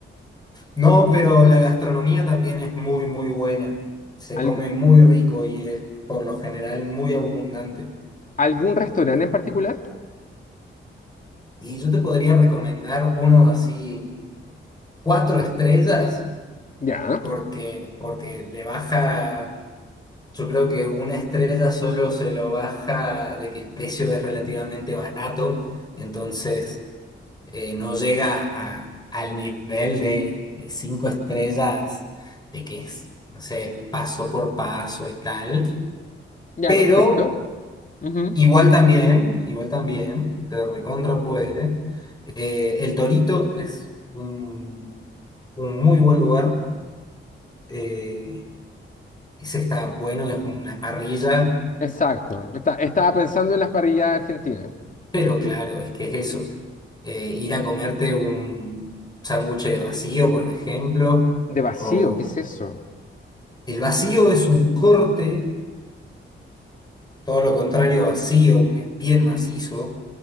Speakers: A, on the left; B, on the left.
A: No, pero la gastronomía también es muy, muy buena. Se
B: Algo-
A: come muy rico y es por lo general muy abundante.
B: ¿algún restaurante
A: Eh,
B: en particular?
A: y yo te podría recomendar uno así, cuatro estrellas,
B: Ya,
A: porque, porque le baja Yo creo que una estrella solo se lo baja de que el precio es relativamente barato, entonces eh, no llega a- al nivel de, de cinco estrellas, de que es, no sé, paso por paso y tal.
B: ya,
A: Pero
B: perfecto. Ujú,
A: igual también, igual también, se recontra puede. Eh, El Torito es un, un muy buen lugar. eh, ese está bueno, es una parrilla
B: Exacto. Está- estaba pensando en las parrillas argentinas.
A: Pero claro, es que es eso. Eh, ir a comerte un sándwich de vacío, por ejemplo,
B: De vacío,
A: o
B: ¿qué es eso?
A: el vacío es un corte, todo lo contrario a vacío, porque es bien macizo,